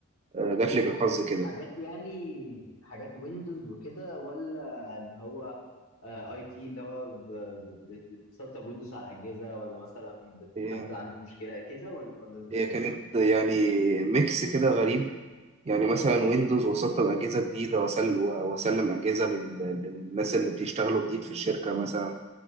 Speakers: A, on the right (about 30°); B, on the left (about 80°).
A: آه، جات لي بالحظ كده
B: حاجات يعني حاجات ويندوز وكده ولا اللي هو اي تي اللي هو ب- ب- بت- بتسطب ويندوز على أجهزة ولا مثلا بت-
A: هي
B: حد عنده مشكلة كده ولا ولا إزاي؟
A: هي كانت يعني ميكس كده غريب يعني مثلا ويندوز وسطب أجهزة جديدة وأسل- وأسلم أجهزة لل- للناس اللي بيشتغلوا جديد في الشركة مثلا